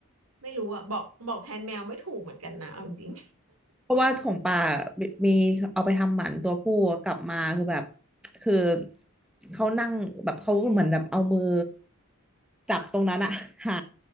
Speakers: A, on the right (about 80°); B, in the centre.
A: ไม่รู้อะบอกบอกแทนแมวไม่ถูกเหมือนกันนะเอาจริง
B: เพราะว่าของป่ามีเอาไปทำหมันตัวผู้กลับมาคือแบบคือเขานั่งแบบเขาเหมือนแบบเอามือจับตรงนั้นอะหา